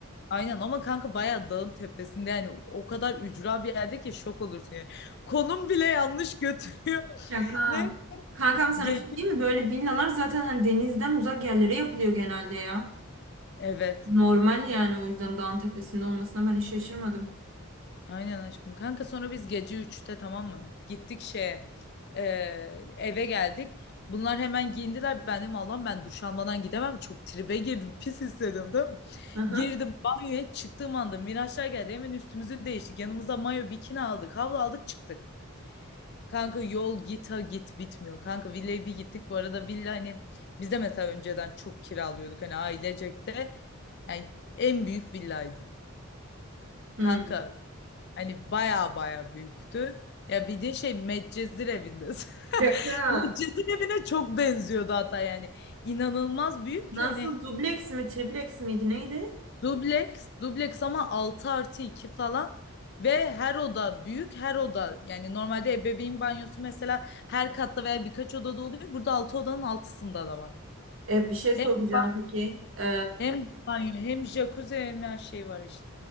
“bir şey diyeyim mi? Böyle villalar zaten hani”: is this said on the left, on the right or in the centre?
Right